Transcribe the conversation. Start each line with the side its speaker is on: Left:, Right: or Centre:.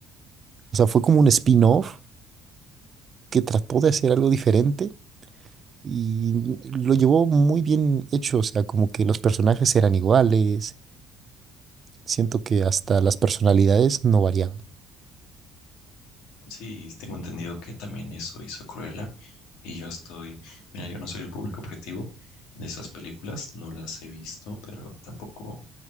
Right: O sea, fue como un spin-off que trató de hacer algo diferente y lo llevó muy bien hecho, o sea, como que los personajes eran iguales, siento que hasta las personalidades no variaban.
Left: Sí, tengo entendido que también eso hizo Cruella. Y yo estoy, mira, yo no soy el público objetivo de esas películas, no las he visto, pero tampoco